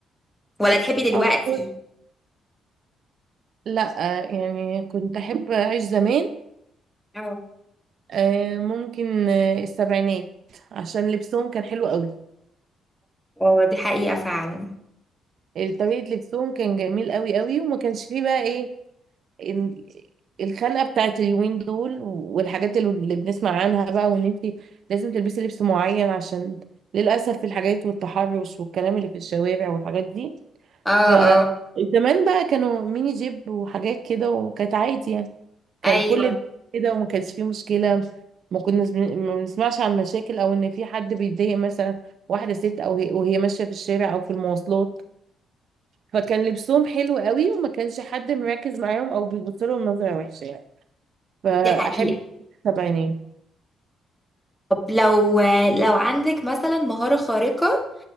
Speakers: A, in the centre; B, on the right (about 65°).
A: ولا تحبي دلوقتي
B: اختار لا يعني كنت احب اعيش زمان
A: آه.
B: آه، ممكن آه، السبعينات عشان لبسهم كان حلو قوي
A: اه دي حقيقة فعلا
B: طريقة لبسهم كان جميل قوي قوي وما كانش فيه بقى ايه إن- الخنقة بتاعت اليومين دول والحاجات اللي اللي بنسمع عنها بقى وان انت لازم تلبسي لبس معين عشان للأسف الحاجات والتحرش والكلام اللي في الشوارع والحاجات دي
A: اه
B: ف
A: اه
B: زمان بقى كانوا ميني جيب وحاجات كده وكانت عادي يعني كان
A: ايوه
B: كل كده وما كانش فيه مشكلة ما كناش بن- ما بنسمعش عن مشاكل او ان في حد بيتضايق مثلا واحدة ست او هي- وهي ماشية في الشارع او في المواصلات فكان لبسهم حلو قوي وما كانش حد مركز معاهم او بيبص لهم نظره وحشه يعني فاحب
A: دي حقيقة
B: السبعينات
A: طب لو لو عندك مثلا مهارة خارقة